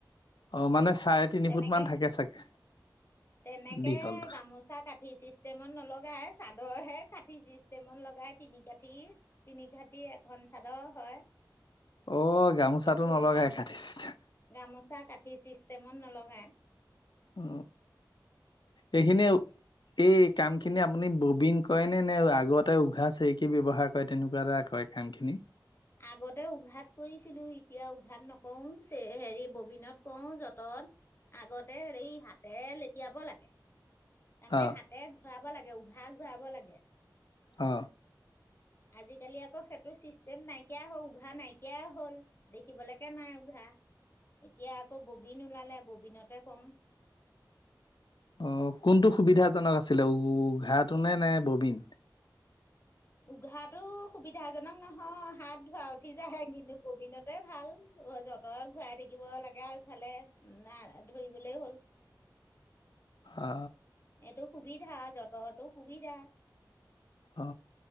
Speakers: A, on the left (about 75°); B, on the left (about 35°).
A: অ মানে চাৰে তিনি
B: তেনেকে
A: ফুট মান থাকে চাগে
B: তেনেকে
A: দীঘলটো
B: গামোচা কাটি চিচ ষ্টেমত নলগাই চাদৰ হে কাটি ষ্টেমত লগাই তিনি কাঠি তিনি কাঠি এখন চাদৰ হয়
A: অ', গামোচাটো
B: কিন্তু
A: নলগাই
B: গা
A: কাঠি চিষ্টেম
B: গামোচা ক কাঠি চিষ্টেমত নলগায়
A: অ এইখিনিযে এই কাম খিনি আপুনি ববিন কৰে নে নে আগতে উঘা চেৰিকি ব্যৱহাৰ কৰে তেনেকুৱা এটা অই ঘাগ খিনি
B: আগতে উঘাত কৰিছিলো এতিয়া উঘাত নকৰো হেৰি ববিনত কওঁ যতত আগতে হেৰি হাতেৰে লেতিয়াব লাগে তাৰমানে
A: অ
B: হাতে ঘূৰাব লাগে উঘাহ ঘূৱাব লাগে
A: অ
B: আজিকালি আকৌ সেইটো চিষ্টেম নাইকিয়া হল উঘা নাইকিয়া হল দেখিবলেকে নাই উঘা এতিয়া আকৌ ববিন ওলালে ববিনতে কও
A: অ কোনটো সুবিধাজনক আছিলে উঘাটো নে নে ববিন
B: উঘাটো সুবিধাজনক নহয় হাত ধোৱা উঠি যাহে কিন্তু কবিনতে ভাল যতৰে ঘূৰাই থাকিব লাগে আৰু ইফালে ধৰিগলে হ'ল
A: অ
B: এইটো সুবিধা যতৰতটো সুবিধা
A: অ